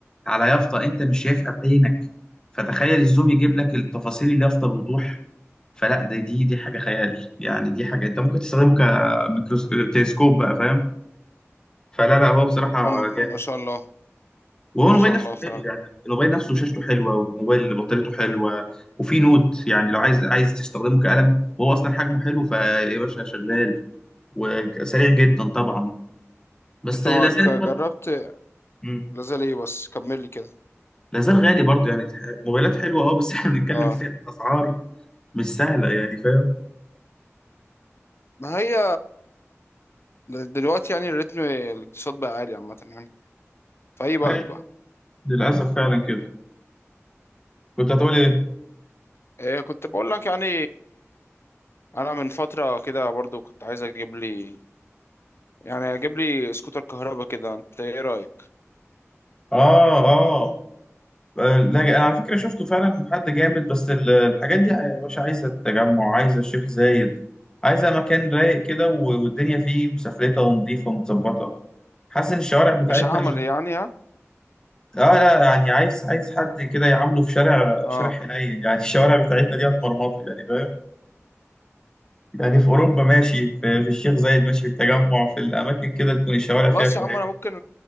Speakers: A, on the left; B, on the left.
A: على يافطه انت مش شايفها بعينك فتخيل الزوم يجيب لك التفاصيل اليافطه بوضوح فلا ده دي دي حاجه خيال يعني دي حاجه انت ممكن تستخدمه كميكروس تلسكوب بقى فاهم فلا لا هو بصراحه
B: أم-
A: جامد
B: ما شاء الله
A: وهو
B: ما
A: الموبايل
B: شاء
A: نفسه
B: الله فعلا
A: حلو يعني الموبايل نفسه شاشته حلوه والموبايل بطاريته حلوه وفي نوت يعني لو عايز عايز تستخدمه كقلم وهو اصلا حجمه حلو فيا باشا شغال وسريع جدا طبعا بس
B: انت
A: لا
B: ما
A: زالت
B: ج-
A: برضه
B: جربت
A: مم.
B: لازال ايه بس كمل لي كده
A: لا زال غالي برضه يعني تح- الموبايلات حلوه اه بس <laughs> احنا بنتكلم
B: اه
A: في اسعار مش سهله يعني فاهم
B: ما هي د- دلوقتي يعني الريتم الاقتصاد بقى عالي عامة يعني في اي بلد
A: عارف
B: بقى
A: للاسف فعلا كده كنت هتقول ايه
B: إيه كنت بقول لك يعني انا من فترة كده برضو كنت عايز اجيب لي يعني اجيب لي سكوتر كهرباء كده انت ايه رأيك
A: اه اه ده انا على فكره شفته فعلا حد جامد بس ال- الحاجات دي يا باشا عايزه التجمع عايزه الشيخ زايد عايزه مكان رايق كده و- والدنيا فيه مسفلته ونظيفه ومتظبطه حاسس ان الشوارع بتاعتنا
B: مش هعمل
A: اللي
B: يعني ها
A: اه لا يعني عايز عايز حد كده يعامله في شارع شارع
B: اه
A: حنين يعني <laughs> الشوارع بتاعتنا دي هتمرمطه يعني فاهم يعني في اوروبا ماشي في, في الشيخ زايد ماشي في التجمع في الاماكن كده تكون الشوارع
B: خلاص
A: فيها كويسه
B: يا عم انا ممكن